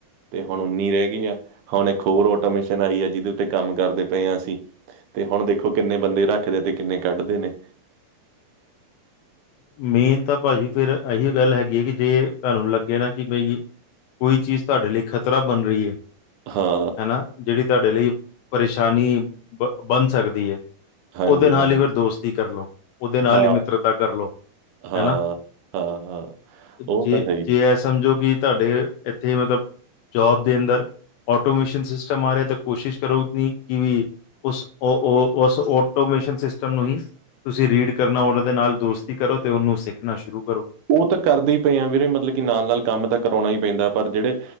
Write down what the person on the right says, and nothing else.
ਤੇ ਹੁਣ ਉੱਨੀ ਰਹਿ ਗਈ ਆ ਹੁਣ ਇੱਕ ਹੋਰ ਆਟੋਮਿਸ਼ਨ ਆਈ ਆ ਜਿਹਦੇ ਉੱਤੇ ਕੰਮ ਕਰਦੇ ਪਏ ਹਾਂ ਅਸੀਂ ਤੇ ਹੁਣ ਦੇਖੋ ਕਿੰਨੇ ਬੰਦੇ ਰੱਖਦੇ ਤੇ ਕਿੰਨੇ ਕੱਢਦੇ ਨੇ
ਹਾਂ
ਹਾਂਜੀ
ਹਾਂ
ਹਾਂ
ਹਾਂ
ਹਾਂ ਹਾਂ ਉਹ
ਤਾਂ ਹੈ ਹੀ
ਉਹ ਤਾਂ ਕਰਦੇ ਹੀ ਪਏ ਆ ਵੀਰੇ ਮਤਲਬ ਕਿ ਨਾਲ-ਨਾਲ ਕੰਮ ਤਾਂ ਕਰਾਉਣਾ ਹੀ ਪੈਂਦਾ ਪਰ ਜਿਹੜੇ